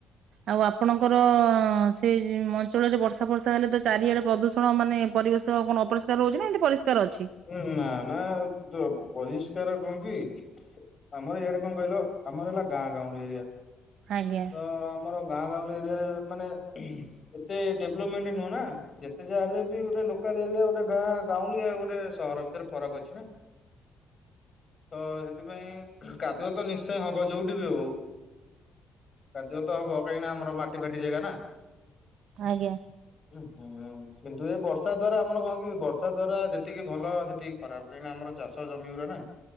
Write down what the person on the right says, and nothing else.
ଆଉ ଆପଣଙ୍କର ସେଇ ଅଞ୍ଚଳରେ ବର୍ଷା ବର୍ଷା ହେଲେ ତ ଚାରିଆଡ଼େ ପ୍ରଦୂଷଣ ମାନେ ପରିବେଶ କଣ ଅପରିଷ୍କାର ହଉଛି ନା ଏମିତି ପରିଷ୍କାର ଅଛି?
ଆଜ୍ଞା।
ଆଜ୍ଞା।